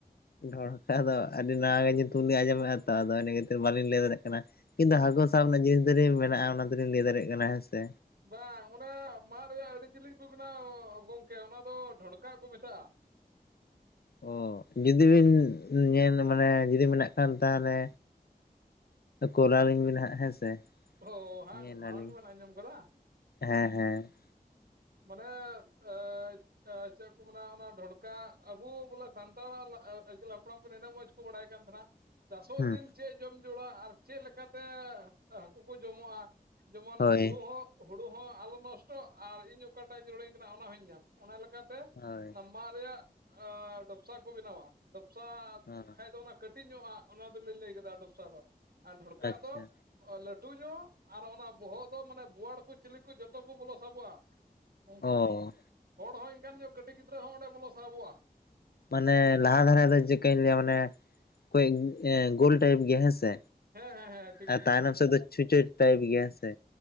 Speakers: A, on the left; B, on the right.
A: ᱰᱷᱚᱲᱠᱟᱜ ᱫᱚ ᱟᱹᱰᱤ ᱱᱟᱣᱟ ᱜᱮ ᱧᱩᱛᱩᱢ ᱞᱤᱧ ᱟᱸᱡᱚᱢᱮᱜᱼᱟ ᱛᱚ ᱟᱫᱚ ᱤᱱᱟᱹ ᱠᱷᱟᱹᱛᱤᱨ ᱵᱟᱹᱞᱤᱧ ᱞᱟᱹᱭ ᱫᱟᱲᱮᱭᱟᱜ ᱠᱟᱱᱟ᱾ ᱠᱤᱱᱛᱩ ᱦᱟᱹᱠᱳ ᱥᱟᱵ ᱨᱮᱱᱟᱜ ᱡᱤᱱᱤᱥ ᱫᱚᱞᱤᱧ ᱢᱮᱱᱟᱜᱼᱟ ᱚᱱᱟ ᱫᱚᱞᱤᱧ ᱞᱟᱹᱭ ᱫᱟᱲᱮᱭᱟᱜ ᱠᱟᱱᱟ ᱦᱮᱸ ᱥᱮ
B: ᱵᱟᱝ ᱚᱱᱟ ᱢᱟᱫ ᱨᱮᱭᱟᱜ ᱟᱹᱰᱤ ᱡᱤᱞᱤᱧ ᱠᱚ ᱵᱮᱱᱟᱣᱟ ᱜᱚᱢᱠᱮ ᱚᱱᱟ ᱫᱚ ᱰᱷᱚᱲᱠᱟᱜ ᱠᱚ ᱢᱮᱛᱟᱜᱼᱟ᱾
A: ᱚ ᱡᱩᱫᱤ ᱵᱤᱱ ᱧᱮᱞ ᱢᱟᱱᱮ ᱡᱩᱫᱤ ᱢᱮᱱᱟᱜ ᱠᱷᱟᱱ ᱛᱟᱦᱞᱮ ᱠᱳᱞᱟᱞᱤᱧ ᱵᱤᱱ ᱦᱟᱸᱜ ᱦᱮᱸ ᱥᱮ
B: ᱚ ᱦᱟᱝ
A: ᱧᱮᱞ
B: ᱱᱟᱣᱟ
A: ᱟᱹᱞᱤᱧ
B: ᱜᱮᱵᱮᱱ ᱟᱸᱡᱚᱢ ᱠᱟᱫᱟ?
A: ᱦᱮᱸ ᱦᱮᱸ
B: ᱢᱟᱱᱮᱜ ᱟᱹᱪ ᱛᱟᱹ ᱪᱮᱫ ᱠᱚ ᱢᱮᱱᱟ ᱚᱱᱟ ᱰᱷᱚᱲᱠᱟᱜ ᱟᱹᱵᱩ ᱵᱚᱞᱮ ᱥᱟᱱᱛᱟᱲᱟᱜ ᱟᱹᱜᱤᱞ ᱦᱟᱯᱲᱟᱢ ᱠᱚ ᱤᱱᱟᱹᱜ ᱢᱚᱸᱡᱽ ᱠᱩ ᱵᱟᱲᱟᱭ ᱠᱟᱱ ᱛᱟᱸᱦᱮᱱᱟ᱾ ᱪᱟᱥᱚᱜ
A: ᱦᱩᱸ
B: ᱫᱤᱱ ᱪᱮᱜ ᱡᱚᱢ ᱡᱳᱲᱟ ᱟᱨ ᱪᱮᱫ ᱞᱮᱠᱟᱛᱮ ᱦᱟᱹᱠᱩ ᱠᱚ ᱡᱚᱢᱚᱜᱼᱟ? ᱡᱮᱢᱚᱱ
A: ᱦᱳᱭ
B: ᱦᱳᱲᱩ ᱦᱚᱸ ᱦᱳᱲᱩ ᱦᱚᱸ ᱟᱞᱚ ᱱᱚᱥᱴᱚᱜ ᱟᱨ ᱤᱧ ᱚᱠᱟᱴᱟᱜ ᱡᱩᱲᱟᱹᱧ ᱠᱟᱱᱟ ᱚᱱᱟ ᱦᱚᱸᱧ ᱧᱟᱢ ᱚᱱᱟ ᱞᱮᱠᱟᱛᱮ
A: ᱦᱳᱭ
B: ᱚᱱᱟ ᱢᱟᱜ ᱨᱮᱭᱟᱜ ᱰᱚᱯᱥᱟ ᱠᱚ ᱵᱮᱱᱟᱣᱟ᱾ ᱰᱚᱯᱥᱟ
A: ᱦᱚᱸ
B: ᱠᱷᱟᱡ ᱫᱚ ᱚᱱᱟ ᱠᱟᱹᱴᱤᱡ ᱧᱚᱜᱼᱟᱜ ᱚᱱᱟ ᱫᱚᱞᱤᱧ ᱞᱟᱹᱭ ᱠᱟᱫᱟ ᱰᱚᱯᱥᱟ ᱫᱚ᱾ ᱟᱨ ᱰᱷᱚᱲᱠᱟᱜ
A: ᱟᱪᱪᱷᱟ
B: ᱫᱚ ᱞᱟᱹᱴᱩ ᱧᱚᱜ ᱟᱨ ᱚᱱᱟ ᱵᱚᱦᱚᱜ ᱫᱚ ᱢᱟᱱᱮ ᱵᱳᱣᱟᱲ ᱠᱚ ᱪᱤᱞᱤ ᱠᱚ ᱡᱚᱛᱚ ᱠᱚ ᱵᱚᱞᱚ ᱥᱟᱵᱚᱜᱼᱟ᱾ ᱜᱚᱝᱠᱮ
A: ᱚ
B: ᱦᱚᱲ ᱦᱚᱸ ᱤᱱᱠᱟᱱ ᱧᱚᱜ ᱠᱟᱹᱴᱤᱡ ᱜᱤᱫᱽᱨᱟᱹ ᱦᱚᱸ ᱚᱸᱰᱮ ᱵᱚᱞᱚ ᱥᱟᱦᱚᱵᱚᱜᱼᱟ᱾
A: ᱢᱟᱱᱮ ᱞᱟᱦᱟ ᱫᱷᱟᱨᱮ ᱫᱚ ᱪᱤᱜᱠᱟᱧ ᱞᱟᱹᱭᱟ ᱢᱟᱱᱮ ᱠᱟᱹᱡᱽ ᱜᱳᱞ ᱴᱟᱭᱤᱯ ᱜᱮᱭᱟ ᱦᱮᱸᱥᱮ
B: ᱦᱮᱸ ᱦᱮᱸ ᱦᱮᱸ ᱴᱷᱤᱠ
A: ᱟᱨ
B: ᱴᱷᱤᱠ
A: ᱛᱟᱭᱱᱚᱢ
B: ᱴᱷᱤᱠ ᱴᱷᱤᱠ
A: ᱥᱮᱫ ᱫᱚ
B: ᱴᱷᱤᱠ
A: ᱪᱷᱩᱸᱪᱟᱹᱴ ᱴᱟᱭᱤᱯ ᱜᱤᱭᱟ ᱦᱮᱸ ᱥᱮ